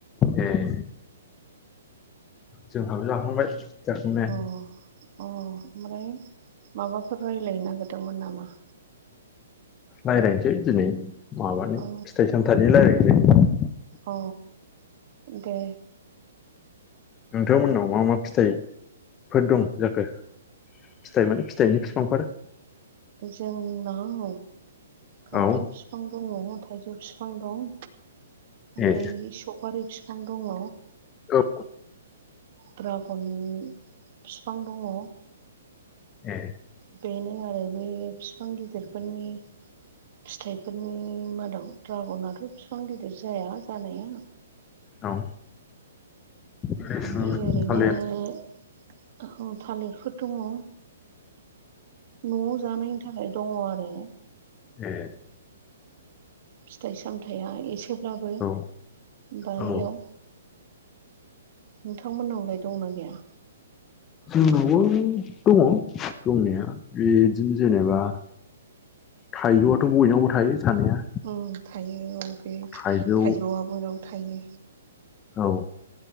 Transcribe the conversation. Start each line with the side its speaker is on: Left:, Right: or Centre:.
Left: ए जोंहाबो जाखांबाय। जाखांनाया
Right: अ-अ ओमफ्राय माबाफोर रायज्लायनो नागिरदोंमोन नामा?
Left: रायज्लायनोसै दिनै माबानि
Right: अ
Left: फिथाइ सामथाइनि रायज्लायनोसै।
Right: अ दे
Left: नोंथांमोननाव मा-मा फिथाइफोर दं जाखो? फिथाइ माने फिथाइनि बिफांफोर
Right: जोंनाव खान्थाल
Left: औ
Right: बि बिफां दङ थाइजौ बिफां दं ओमफ्राय
Left: ए
Right: सपारि बिफां दङ
Left: औ
Right: द्रागन बिफां दङ।
Left: ए
Right: बेनो आरो बे बिफां गिदिरफोरनि फिथाइफोरनि मादाव द्रागनाथ' बिफां गिदिर जाया जानाया
Left: औ लिसु
Right: ओमफ्राय ओरैनो
Left: थालिर
Right: थालिरफोर दङ न'आव जानायनि थाखाय दङ आरो।
Left: <inaudible>
Right: फिथाइ सामथाइया एसेब्लाबो
Left: औ
Right: बारियाव
Left: औ
Right: नोंथांमोननावलाय दंना गैया?
Left: जोंनावबो दङ दंनाया बिदिनो जेनेबा थाइजौआथ' बयनावबो थायो थानाया
Right: ओम थायो औ बे
Left: थाइजौ
Right: थाइजौआ बयनावबो थायो।
Left: औ